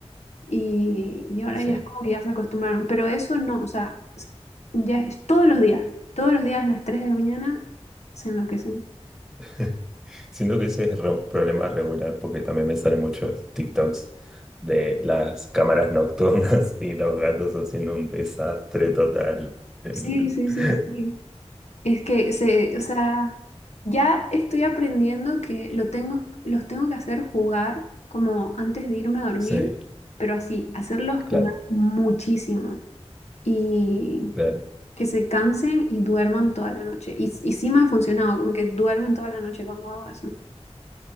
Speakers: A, on the left; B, in the centre.
A: y, y ahora
B: sí.
A: ya es como que ya se acostumbraron, pero eso no, o sea, s- ya es todos los días, todos los días a las 3 de la mañana se enloquecen.
B: <laughs> Siento que ese es re- un problema regular porque también me salen muchos TikToks de las cámaras nocturnas <laughs> y los gatos haciendo un desastre total. El-
A: Sí, sí,
B: <laughs>
A: sí, sí. Es que se, o sea, ya estoy aprendiendo que lo tengo, los tengo que hacer jugar como antes de irme a dormir,
B: Sí,
A: pero así, hacerlos
B: claro,
A: jugar muchísimo y
B: claro.
A: que se cansen y duerman toda la noche. Y, y sí me ha funcionado, como que duermen toda la noche cuando hago eso.